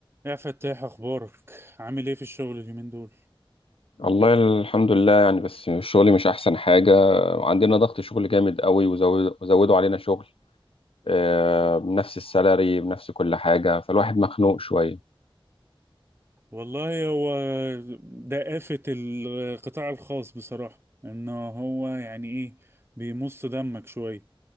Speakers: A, on the right; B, on the left.
A: يا فتاح اخبارك عامل ايه في الشغل اليومين دول
B: والله الحمد لله يعني بس شغلي مش احسن حاجه عندنا ضغط شغل جامد قوي وزود- وزودوا علينا شغل آه، بنفس السالري بنفس كل حاجه فالواحد مخنوق شويه
A: والله هو ده آفة القطاع الخاص بصراحة ان هو يعني ايه بيمص دمك شوية